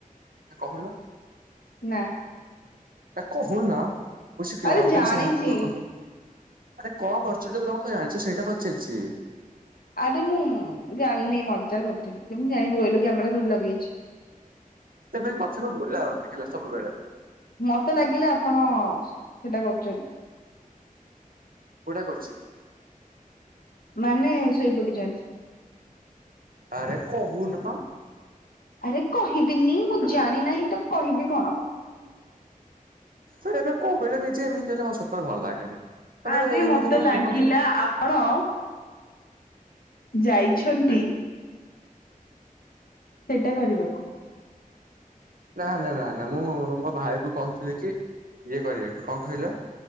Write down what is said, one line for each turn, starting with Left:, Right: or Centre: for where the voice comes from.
Right: ନା କହୁନୁ।
Left: ନା।
Right: କା କହୁନ ଉ, ସି କି
Left: ଆରେ
Right: ଅଲଗା
Left: ଜାଣିଛି
Right: କିଛି ହଁ କୁଅ କହ। ଆରେ କଣ କରୁଛୁ ଯେ କଣ ଖିଆହେଇଛି ସେଇଟା ପଚାରିଚି?
Left: ଆରେ ମୁଁ ଜାଣିନି ମଜା କରିଥିଲି, କେମିତି ଜାଣିବି କହିଲୁ କ୍ୟାମେରା ଥଡି ଲଗେଇଛି।
Right: ତୋମେ ଏ କଥା ସବୁ ବୁଲାଅନି ହେଲା ସବୁବେଳେ।
Left: ମତେ ଲାଗିଲା ଆପଣ ସେଟା କରୁଚନ୍ତି।
Right: କୋଉଟା କରିଚି?
Left: ମାନେ ଶୋଇପଡିଚନ୍ତ।
Right: ଆରେ କହୁନୁ କଣ?
Left: ଆରେ କହିବିନି, ମୁଁ
Right: ହ୍ୟାଲୋ।
Left: ଜାଣି ନାହିଁ ତ କହିବି କଣ।
Right: ତୁ ଏବେ କହିଲୁ ନିଜେ ଏମତି ହେଲେ ମୋ ସତରେ ଭଲ ଲାଗେନି। ସବୁବେଳେ
Left: ଆରେ
Right: ଏମିତି
Left: ମୋତେ
Right: ତମେ
Left: ଲାଗିଲା
Right: କୁହ କି
Left: ଆପଣ ଯାଇଛନ୍ତି
Right: ହେଇ
Left: ସେଇଟା କରିବାକୁ।
Right: ନା, ନା, ନା ମୁଁ ମୋ ଭାଇ କୁ କହୁଥିଲି କି ଇଏ କରିବାକୁ, କଣ କହିଲ?